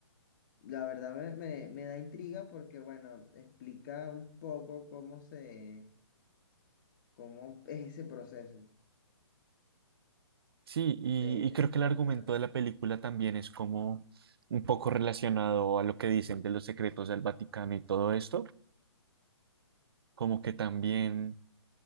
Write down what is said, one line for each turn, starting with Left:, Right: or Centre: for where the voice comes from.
Left: la verdad me, me- me da intriga porque, bueno, explica un poco cómo se, cómo es ese proceso
Right: Sí, y,
Left: de, del
Right: y creo que
Left: cónclave.
Right: el argumento de la película también es como un poco relacionado a lo que dicen de los secretos del Vaticano y todo esto, como que también